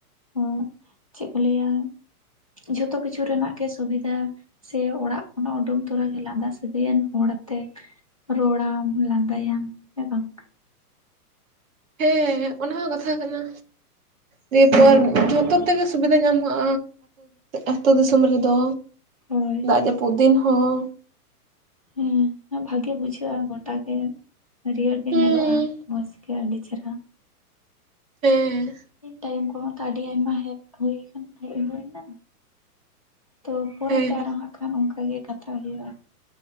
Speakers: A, on the left (about 25°); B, on the right (about 60°).
A: ᱚ ᱪᱮᱫ ᱠᱚ ᱞᱟᱹᱭᱟ ᱡᱷᱚᱛᱚ ᱠᱤᱪᱷᱩ ᱨᱮᱱᱟᱜ ᱜᱮ ᱥᱩᱵᱤᱫᱷᱟ ᱥᱮ ᱚᱲᱟᱜ ᱠᱷᱚᱱᱟᱜ ᱩᱰᱩᱝ ᱛᱚᱨᱟ ᱜᱮ ᱞᱟᱸᱫᱟ ᱥᱟᱹᱜᱟᱹᱭᱟᱱ ᱦᱚᱲ ᱛᱮ ᱨᱚᱲᱟᱢ ᱞᱟᱸᱫᱟᱭᱟᱢ ᱥᱮ ᱵᱟᱝ
B: ᱦᱮᱸ ᱚᱱᱟ ᱦᱚᱸ ᱠᱟᱛᱷᱟ ᱠᱟᱱᱟ ᱫᱤᱭᱮᱯᱚᱨ
A: ᱵᱟᱝ
B: ᱡᱷᱚᱛᱚ ᱡᱚᱛᱚ ᱛᱮᱜᱮ ᱥᱩᱵᱤᱫᱟ ᱧᱟᱢᱚᱜᱼᱟ ᱟᱛᱳ ᱫᱤᱥᱚᱢ ᱨᱮᱫᱚ
A: ᱦᱳᱭ
B: ᱫᱟᱜ ᱡᱟᱹᱯᱩᱫ ᱯᱩᱫᱤᱱ ᱦᱚᱸ
A: ᱦᱮᱸ ᱵᱷᱟᱜᱮ ᱵᱩᱡᱷᱟᱹᱜᱼᱟ ᱜᱚᱴᱟ ᱜᱮ ᱦᱟᱹᱨᱭᱟᱹᱲ ᱜᱮ
B: ᱦᱩᱸ
A: ᱧᱮᱞᱚᱜᱼᱟ ᱢᱚᱡᱽ ᱜᱮ ᱟᱹᱰᱤ ᱪᱮᱦᱨᱟ
B: ᱦᱮᱸ
A: ᱤ ᱴᱟᱭᱤᱢ ᱠᱚᱦᱚᱸ ᱛᱚ ᱟᱹᱰᱤ ᱟᱭᱢᱟ ᱦᱮᱡ ᱦᱩᱭ ᱠᱟᱱᱟ ᱦᱮᱡ ᱦᱩᱭ ᱮᱱᱟ ᱛᱚ ᱯᱚᱨᱮ
B: ᱦᱮᱸ
A: ᱛᱮ ᱟᱨᱚ ᱦᱟᱸᱜ ᱠᱷᱟᱱ ᱚᱱᱠᱟ ᱜᱮ ᱠᱟᱛᱷᱟ ᱦᱩᱭᱩᱜᱼᱟ